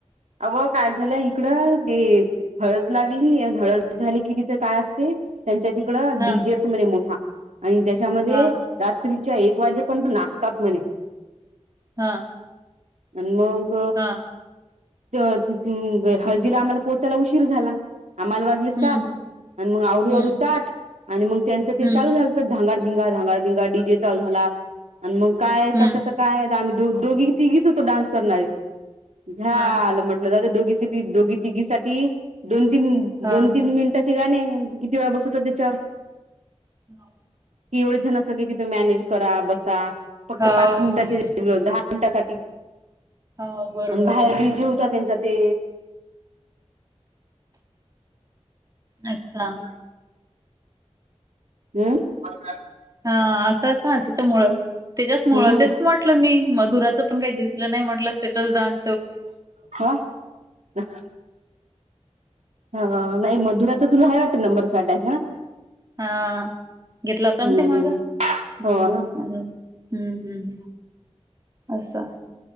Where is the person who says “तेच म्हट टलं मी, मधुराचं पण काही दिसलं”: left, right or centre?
Right